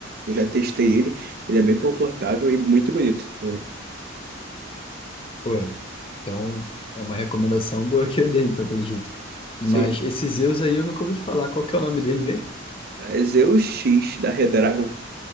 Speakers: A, on the right (about 50°); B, on the left (about 30°).
A: Eu já testei ele, ele é bem confortável e muito bonito também.
B: Pô, então é uma recomendação boa que eu dei, então, pelo jeito. Mas
A: Sim,
B: esse Zeus aí eu nunca ouvi falar. Qual que é o nome dele mesmo?
A: é Zeus X da Redragon.